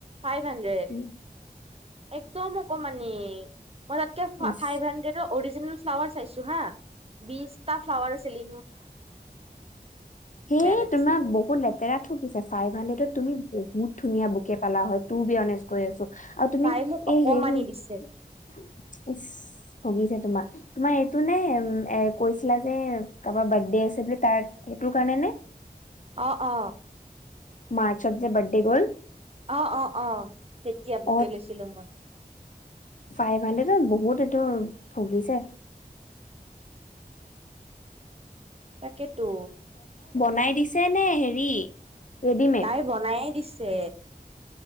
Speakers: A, on the right; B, on the left.
A: ফাইভ হানড্ৰেড।
B: উম
A: একদম অকমানি, মই তাতকে
B: ইচ
A: ফাই হাডডৰ অজনে। ফ্লাৱাৰ, চাইছো হা বিশটা ফ্লাৱাৰ আছিলি।
B: হেই
A: লাগিছে
B: তোমাক
A: মোৰ
B: বহুত লেতেৰা থগিছে ফাইভ হাড্ৰেডত তুমি। <unintelligible> বহুত ধুনীয়া বুকে পালা হয় তোৰ বিয়ানে। <unintelligible> কৈ আছো, আৰু তুমি
A: তাই মোক অকমানি
B: এই হেৰি।
A: দিছে
B: <unintelligible> ইচ ভুগিছে তোমাক তোমাৰ এইটো নাই। <unintelligible> কৈছিলা যে কাৰোবাৰ বাৰ্থডে আছে বুলি তাৰ সেইটো কাৰণে নে। <unintelligible>
A: অ অ।
B: মাৰ্চত যে বাৰ্ডে গ'ল।
A: অ অ অ তেতিয়া বোকে
B: অ
A: লৈছিলো মই। <unintelligible>
B: ফাইভ হাণ্ড্ৰেডত বহুত এইটো ঠগিছে।
A: তাকেতো।
B: বাই দিছে নে হেৰি। <unintelligible> ৰেডিমেড
A: তাই বনায়ে দিছে।